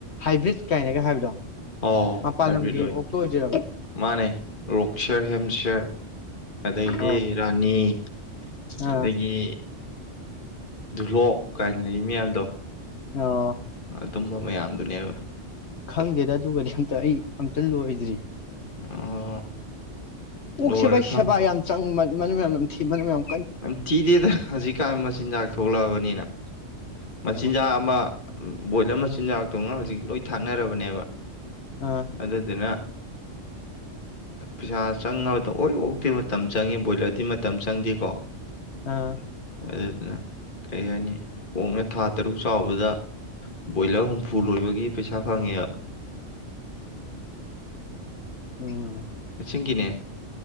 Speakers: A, on the left; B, on the left.
A: ꯍꯥꯏꯕ꯭ꯔꯤꯠ ꯀꯥꯏꯅꯒ ꯍꯥꯏꯕꯗꯣ
B: ꯑꯣ
A: ꯃꯄꯥꯟ
B: ꯍꯥꯏꯕꯤ
A: ꯂꯝꯒꯤ
B: ꯂꯣꯏ
A: ꯑꯣꯛꯇꯣ ꯑꯣꯏꯗꯣꯏꯔꯕ
B: ꯃꯥꯅꯦ ꯔꯣꯛꯁꯦꯔ ꯍꯦꯝꯁꯔ ꯑꯗꯒꯤꯗꯤ
A: ꯑꯣ
B: ꯔꯥꯅꯤ ꯗꯗꯒꯤ
A: ꯑꯥ
B: ꯙꯨꯂꯣꯛ ꯀꯥꯏꯅ ꯂꯩ ꯃꯌꯥꯝꯗꯣ
A: ꯑ
B: ꯑꯗꯨꯝꯕ ꯃꯌꯥꯝꯗꯨꯅꯦꯕ
A: ꯈꯪꯗꯦꯗ ꯑꯗꯨꯒꯗꯤ ꯑꯝꯇ ꯑꯩ ꯑꯝꯇ ꯂꯣꯏꯗ꯭ꯔꯤ
B: ꯑꯣ
A: ꯑꯣꯛ
B: ꯂꯣꯏꯔ
A: ꯁꯕ
B: ꯈꯪ
A: ꯁꯦꯕꯥ ꯌꯥꯝ ꯆꯪꯕ ꯃꯌꯥꯝ ꯑꯗꯨꯝ ꯊꯤꯕꯅ ꯃꯌꯥꯝ
B: ꯅ ꯊꯤꯗꯦꯗ ꯍꯧꯖꯤꯛꯀꯥꯟ ꯃꯆꯤꯟꯖꯥꯛ ꯊꯣꯛꯂꯛꯑꯕꯅꯤꯅ ꯃꯆꯤꯟꯖꯥꯛ
A: ꯑꯣ
B: ꯑꯃ ꯕꯣꯏꯂ ꯆꯤꯟꯖꯥꯛꯇꯨꯒ ꯍꯧꯖꯤꯛ ꯂꯣꯏ ꯊꯥꯛꯅꯔꯕꯅꯦꯕ
A: ꯑꯥ
B: ꯑꯗꯨꯗ ꯑꯗꯨꯅ ꯄꯩꯁꯥ ꯆꯪꯉꯕꯗ ꯑꯣ ꯑꯣꯛꯇꯤ ꯃꯇꯝ ꯆꯪꯉꯤ ꯕꯣꯏꯂꯔꯗꯤ ꯃꯇꯝ ꯆꯪꯗꯦꯀꯣ
A: ꯑꯥ
B: ꯑꯗꯨꯗꯨꯅ ꯀꯔꯤ ꯍꯥꯏꯅꯤ ꯑꯣꯛꯅ ꯊꯥ ꯇꯔꯨꯛ ꯆꯥꯎꯕꯗ ꯕꯣꯏꯂꯔ ꯍꯨꯝꯐꯨ ꯂꯣꯏꯕꯒꯤ ꯄꯩꯁꯥ ꯐꯪꯉꯦꯕ
A: ꯎꯝ
B: ꯁꯤꯡꯒꯤꯅꯦ